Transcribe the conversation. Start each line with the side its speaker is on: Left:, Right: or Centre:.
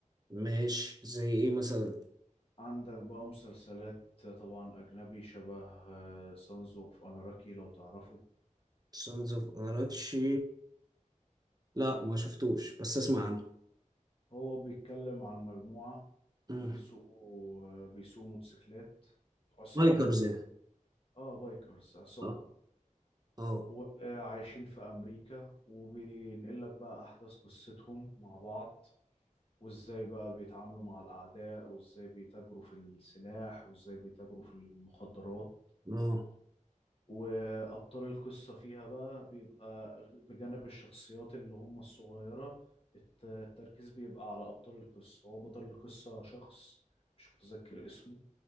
Right: ماشي زي ايه مثلا
Left: عندك بقى مسلسلات طبعا أجنبي شبه سانز اوف أناراكي لو تعرفه
Right: سانز اوف اناراتشي لا ما شفتوش بس اسمع عنه
Left: هو بيتكلم عن مجموعة
Right: مم.
Left: بيسوقوا آه، بيسوقوا موتوسيكلات عصابة
Right: لايكرز يعني
Left: اه بايكرز عصابة
Right: صح؟ اه
Left: وعايشين في أمريكا وبينقل لك بقى أحداث قصتهم مع بعض وإزاي بقى بيتعاملوا مع الأعداء وإزاي بيتاجروا في السلاح وإزاي بيتاجروا في المخدرات
Right: اه
Left: وأبطال القصة فيها بقى بيبقى غ- بجانب الشخصيات اللي هم الصغيرة الت- التركيز بيبقى على أبطال القصة هو بطل القصة شخص مش متذكر اسمه